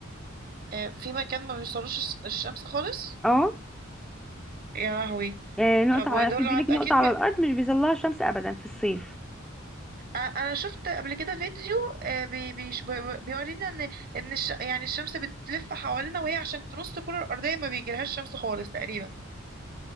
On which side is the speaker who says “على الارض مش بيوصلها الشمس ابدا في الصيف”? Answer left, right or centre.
Centre